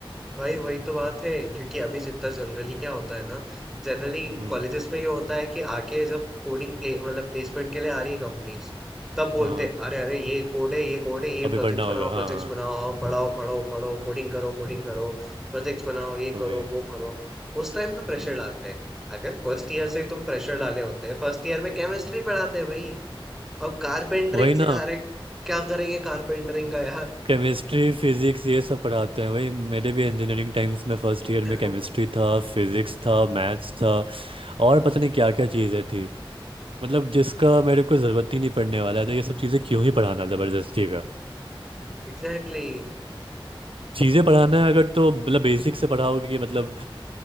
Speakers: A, in the centre; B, on the right.
A: भाई वही तो बात है क्योंकि अभी जितना जनरली क्या होता है ना जनरली
B: हम्म
A: कॉलेजेस में ये होता है कि आके जब कोडिंग प्ले मतलब प्लेसमेंट के लिए आ रही है कंपनीज तब बोलते
B: हाँ
A: हैं अरे अरे ये कोड है ये कोड है ये
B: अभी
A: प्रोजेक्ट्स
B: पढ़ना होगा
A: बनाओ प्रोजेक्ट्स
B: हाँ
A: बनाओ हाँ, पढ़ाओ पढ़ाओ पढ़ो कोडिंग करो कोडिंग करो प्रोजेक्ट्स बनाओ ये
B: वही
A: करो वो करो उस टाइम पे प्रेशर
B: हम्म
A: डालते हैं अगर फर्स्ट ईयर से ही तुम प्रेशर डाले होते हैं फर्स्ट ईयर में केमिस्ट्री पढ़ाते हैं भाई अब कारपेंटरिंग
B: वही ना
A: सिखा रहे क्या करेंगे कारपेंटरिंग का यार
B: केमिस्ट्री फिजिक्स ये सब पढ़ाते हैं वही मेरे भी इंजीनियरिंग टाइम्स में फर्स्ट ईयर
A: <clears throat>
B: में केमिस्ट्री था फिजिक्स था मैथ्स था और पता नहीं क्या क्या चीज़ें थी मतलब जिसका मेरे को ज़रूरत ही नहीं पड़ने वाला था ये सब चीज़ें क्यों ही पढ़ाना ज़बरदस्ती
A: एग्जैक्टली
B: चीज़ें पढ़ाना है अगर तो मतलब बेसिक से पढ़ाओगे कि मतलब